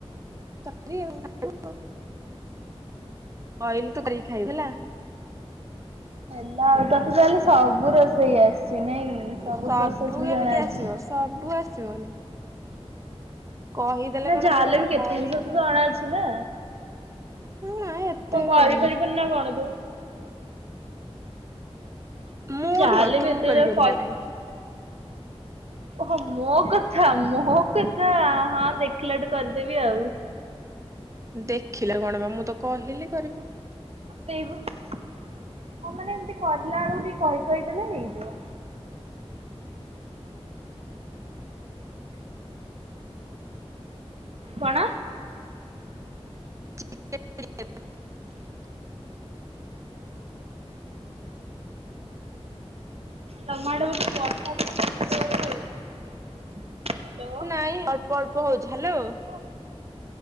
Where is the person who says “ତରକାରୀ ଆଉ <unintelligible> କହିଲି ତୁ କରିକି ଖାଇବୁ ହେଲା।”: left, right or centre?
Right